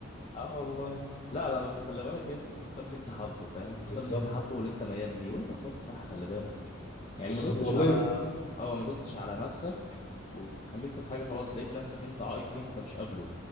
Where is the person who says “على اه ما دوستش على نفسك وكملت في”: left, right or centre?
Left